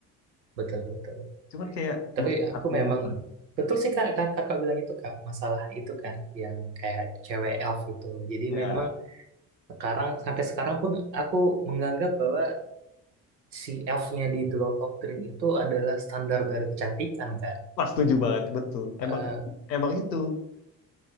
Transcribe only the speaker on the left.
Cuman kayak
mufat
mufat
ya.
Pas setuju banget betul.
Emang emang itu.